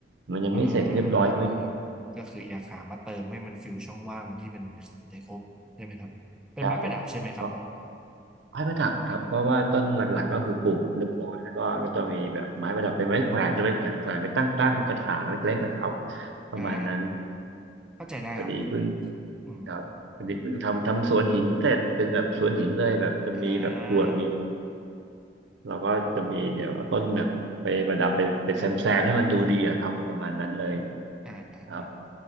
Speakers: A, on the right; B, in the centre.
A: มันยังไม่เสร็จเรียบร้อยไม่
B: อ่าก็คืออยากหามาเติมให้มันฟิลช่องว่างที่มันขาดได้ครบใช่ไหมครับเป็นไม้ประดับใช่ไหมครับ
A: ใช่ก็ไม้ประดับครับเพราะว่าต้นหลักๆก็คือปลูกเรียบร้อยแล้วก็ก็จะมีแบบไม้ประดับเป็นไม้แขวนจะไปแขวนแขวนไปตั้งตั้งกระถางเล็กๆอะครับ
B: อ๋อ
A: ประมาณนั้น
B: อ่าเข้าใจได้ครับ
A: พอดีเพิ่ง
B: อืม
A: ครับพอดีเพิ่งทำทำสวนหินเสร็จเป็นแบบสวนหินเลยแบบจะมีแบบกรวดมี
B: อ่า
A: เราก็จะมีเดี๋ยวเอาต้นแบบไปประดับไปไปแซมแซมให้มันดูดีอะครับประมาณนั้นเลย
B: อ่าอ่าอ่า
A: ครับ